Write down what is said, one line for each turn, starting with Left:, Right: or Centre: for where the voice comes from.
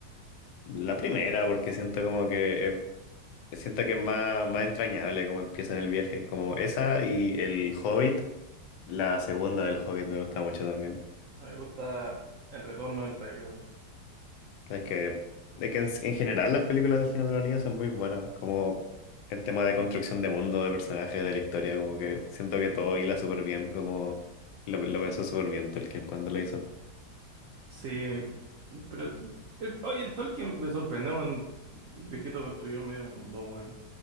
Left: La primera, porque siento como que eh, siento que es más, más entrañable como empieza en el viaje, como esa y el Hobbit, la segunda del Hobbit me gusta mucho también.
Right: A mí me gusta El Retorno del Rey.
Left: Es que, es que en, en general las películas del Señor de los Anillos son muy buenas, como en tema de construcción de mundo, de personajes, de la historia, como que siento que todo hila súper bien, como lo, lo pensó súper bien Tolkien cuando lo hizo.
Right: Sí, pero el- oye, Tolkien me sorprende, weón. El viejito construyó el medio mundo, weón.